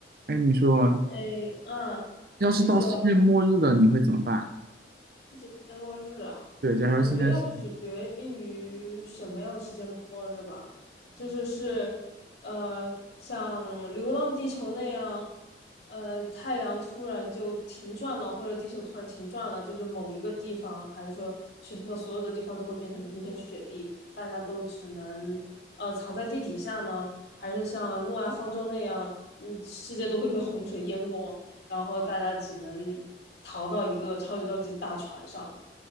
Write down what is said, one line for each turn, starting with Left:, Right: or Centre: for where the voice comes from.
Right: 哎，你说，
Left: 诶，嗯，
Right: 要是到世界末日了，
Left: 你说
Right: 你会怎么办啊？
Left: 世界末日啊？
Right: 对，假如现在是，
Left: 我觉得要取决于什么样的世界末日吧，就是是，呃，像《流浪地球》那样，呃，太阳突然就停转了，或者地球突然停转了，就是某一个地方，还是说全球所有的地方都会变成冰天雪地，大家都只能呃藏在地底下呢？还是像诺亚方舟那样，嗯，世界都会被洪水淹没？然后大家只能逃到一个超级超级大船上。